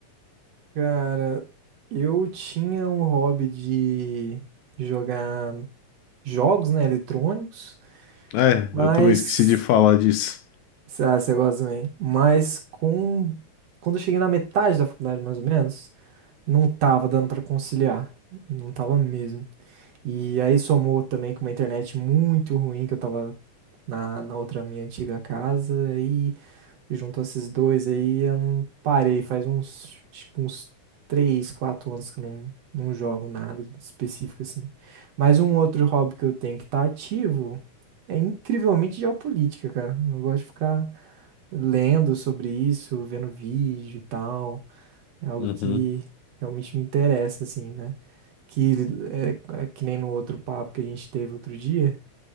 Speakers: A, on the right; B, on the left.
A: Cara, eu tinha um hobby de jogar jogos, né, eletrônicos,
B: É,
A: mas,
B: eu também esqueci de falar disso.
A: ah, você gosta também, mas com, quando eu cheguei na metade da faculdade, mais ou menos, não tava dando pra conciliar, não tava mesmo. E aí somou também com uma internet muito ruim que eu tava na, na outra minha antiga casa, e Junto a esses dois aí, eu não parei. Faz uns, acho que uns 3 4 anos que eu não, não jogo nada específico assim. Mas um outro hobby que eu tenho que tá ativo é incrivelmente geopolítica, cara. Eu gosto de ficar lendo sobre isso, vendo vídeo e tal. É algo
B: Uhum.
A: que realmente me interessa, assim, né? Que é, é que nem no outro papo que a gente teve outro dia,